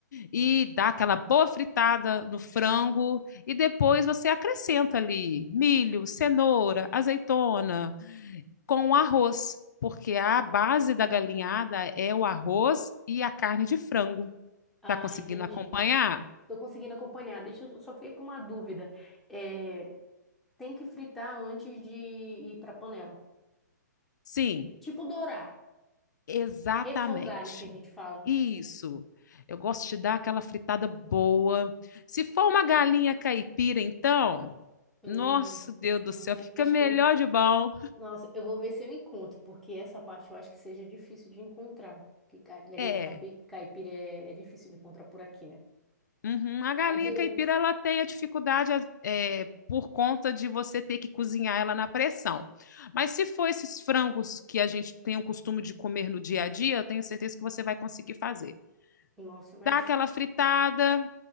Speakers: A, on the left; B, in the centre.
A: e dá aquela boa fritada no frango e depois você acrescenta ali milho, cenoura, azeitona com arroz, porque a base da galinhada é o arroz e a carne de frango.
B: Ah,
A: Tá conseguindo
B: entendi.
A: acompanhar?
B: Tô conseguindo acompanhar. Deixa eu só fiquei com uma dúvida. É, tem que fritar antes de ir pra panela.
A: Sim,
B: Tipo dourar,
A: exatamente.
B: refogar, né, que a gente fala.
A: Isso. Eu gosto de dar aquela fritada boa. Se for uma galinha caipira, então,
B: Hum,
A: nosso Deus do
B: hum,
A: céu,
B: eu
A: fica
B: acho
A: melhor
B: que
A: de bom.
B: Nossa, eu vou ver se eu encontro, porque essa parte eu acho que seja difícil de encontrar. Porque ca- galinha
A: É,
B: capi- caipira é, é difícil de encontrar por aqui, né?
A: Uhum. A galinha
B: Mas eu,
A: caipira ela tem a dificuldade é, por conta de você ter que cozinhar ela na pressão. Mas se for esses frangos que a gente tem o costume de comer no dia a dia, eu tenho certeza que você vai conseguir fazer.
B: nossa, mas
A: Dá aquela fritada